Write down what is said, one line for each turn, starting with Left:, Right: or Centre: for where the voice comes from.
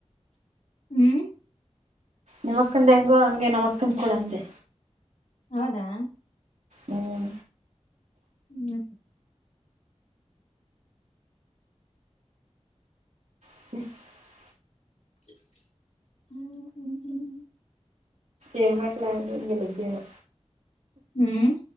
Left: ಹ್ಮ್
Right: ನಿಮಕ್ಕಂದ ಹೆಂಗೋ ಹಂಗೆ ನಮಕ್ಕಂದ ಕೂಡ ಅಂದೆ.
Left: ಹೌದಾ
Right: ಹ್ಮ್
Left: ಹ್ಮ್
Right: <inaudible>
Left: <inaudible>
Right: ಏನ್ ಮಾಡ್ಲಾನ್ಗೆಲ್ಲದ್ದೇನು.
Left: ಹ್ಮ್